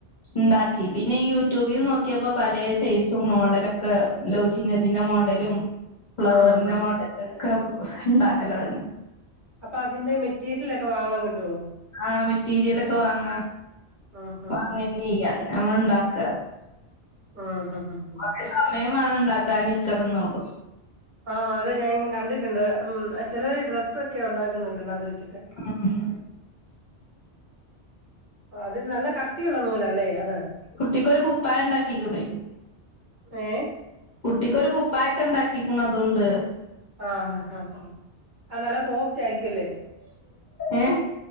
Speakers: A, on the left (about 45°); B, on the right (about 45°).
A: ഇണ്ടാക്കി പിന്നെ യൂട്യൂബിൽ നോക്കിയപ്പോ പലേ സൈസും മോഡലൊക്കെ ലൗ ചിഹ്നത്തിന്റെ മോഡലും ഫ്ലവറിന്റെ
B: ആഹ് ആഹ്
A: മോഡലും ഒക്കെ ഉണ്ടാക്കല് തുടങ്ങി
B: അപ്പൊ അതിന്റെ മെറ്റീരിയല് ഒക്കെ വാങ്ങാൻ കിട്ടുവോ
A: ആഹ് മെറ്റീരിയലൊക്കെ വാങ്ങ
B: ആഹ്
A: വാങ്ങു
B: ഹ ഹ ഹ
A: തന്നെ ചെയ്യ നമ്മൾ ഇണ്ടാക്കുവാ
B: ആഹ് ഹ ഹ ഹ
A: കുറേ സമയം വേണം ഉണ്ടാക്കാൻ ഇരിക്കണംന്നുള്ളു
B: ആഹ് അത് ഞാൻ ഇങ്ങനെ കണ്ടിട്ടുണ്ട് മ്മ് ചിലർ ഡ്രസ്സൊക്കെ ഉണ്ടാക്കുന്നുണ്ട് അത് വച്ചിട്ട്
A: <unintelligible>
B: അത് നല്ല കട്ടിയുള്ള നൂലാല്ലേ അത്
A: കുട്ടിക്കൊരു കുപ്പായ ഇണ്ടാക്കിക്ക്ണേ
B: ഏഹ്
A: കുട്ടിക്കൊരു കുപ്പായൊക്കെ ഉണ്ടാക്കിക്കണ് അതുകൊണ്ട്
B: ആഹ് ആഹ് ആഹ് ആഹ് ആ നല്ല സോഫ്റ്റ് ആയിരിക്കുംല്ലേ
A: ഏഹ്